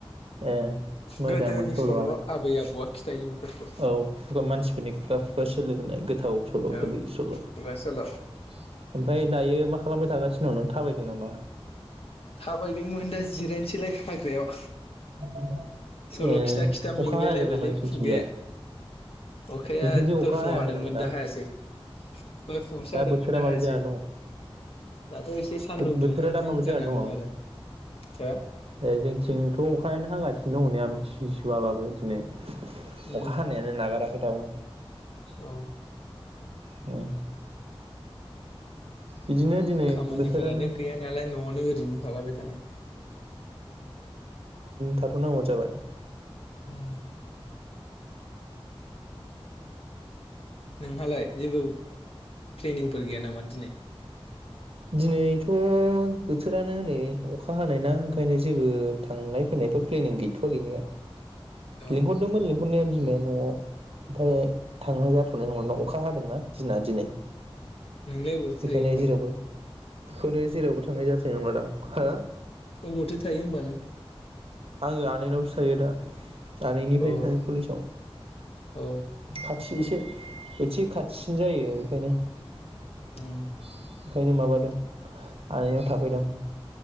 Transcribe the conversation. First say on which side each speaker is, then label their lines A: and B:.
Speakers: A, on the right; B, on the left.
A: ए मोजांमोन
B: गोदोनि
A: सल'वालाय।
B: सल' आबै आबौआ खिथायो बेफोरखौ
A: औ खुगा मानसिफोरनि खुगा खुगा सोलिबोनाय गोद गोथाव सल'
B: औ
A: गोदै सल' ओमफ्राय
B: खुगा सल'
A: दायो मा खालामबाय थागासिनो? उनावनो थाबायदों नामा?
B: थाबायदोंमोन दा जिरायनोसैलाय हाग्रायाव।
A: <inaudible>
B: सल' खिथा खिथा मेंलायलायबायलै
A: अखा हायाखै नामा नोंसिनिथिंजाय
B: खुगाया अखाया
A: नोंसिनिथिं अखा
B: दय
A: हायाखै
B: फुङाव हादोंमोन
A: नामा
B: दा हायासै दय फुङावसो हादोंमोन
A: बोथोरा
B: दा
A: माबायदि
B: हायासै
A: जाना
B: दाथ' एसे सानदुं
A: दङ बोथोरा
B: दुंहांहां
A: दा माबायदि
B: जानानै
A: जाना
B: दं
A: दङ
B: आरो हो।
A: ए जोंथिंथ' अखायानो हागासिनो दं नै। आमथि सुवाबाबो दिनै
B: उम
A: अखा हानायानो नागारा खै दाबो।
B: औ
A: उम बिदिनो दिनै
B: खामानिफोरानो
A: बोथोरानो
B: गैया नालाय न'आवनो ओरैनो थालाबाय थानाय
A: थाथ'नांगौ जाबाय।
B: उम नोंहालाय जेबो प्लेनिंफोर गैया नामा दिनै
A: दिनैथ' बोथोरानो नै अखा हानाय ना ओंखायनो जेबो थांनाय फैनायफोर प्लेनिं गैथ'वा गैनाया
B: अ
A: लिंहरदोंमोन लिंहरनाय बिमाया न'आव ओमफ्राय थांनाय जाथ'नाय नङा अखा हादोंना दिना दिनै
B: नोंलाय अबावथो
A: बेखायनो
B: थायो होमबालाय
A: जेरावबो बेखौनो जेरावबो थांनाय जाथोनाय नंला दां हो
B: अबावथो थायो होमबा नों
A: आङो आनैनावसो थायो दा आनैनिफ्रायनो
B: औ
A: थाङो कलेसाव
B: औ
A: खाथि एसे एसे खाथिसिन जायो बेखायनो <inaudible>
B: उम
A: ओंखायनो माबादों आनैनाव थाफैदों।